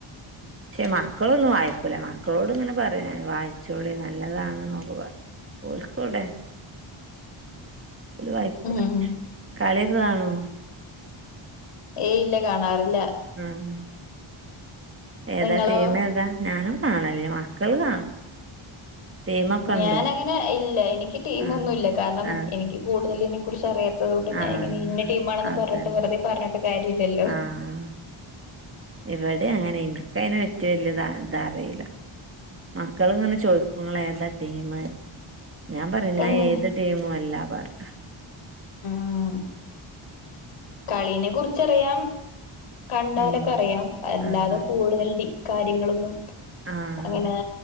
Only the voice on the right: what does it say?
ക്ഷെ മക്കളൊന്നും വായിക്കൂല. മക്കളോട് ങ്ങനെ പറ്യും ഞാന്. വായിച്ചോളി നല്ലതാണ്ന്നൊക്കെ പർ ഓൽകൗടെ ഓല് വായിക്കൂല
കളിയൊക്കെ കാണോ
ആഹ് ഏതാ
ടീമേതാ ഞാനും കാണലില്ല മക്കള് കാണും ടീമൊക്കെ
ഉണ്ടോ
ആഹ്
ആഹ്
ആഹ്
അതന്നെ
ആഹ് ഇവടിം അങ്ങനെ, ഇൻക്കയ്നെ പറ്റി വല്യത തറീല്ല മക്കള്ങ്ങനെ ചോയ്ക്കുങ്ങളേതാ ടീമ് ഞാൻ പറയും നാ
ഏത് ടീമും അല്ലാ പറ്യും
ഉം
ആഹ്
ആഹ്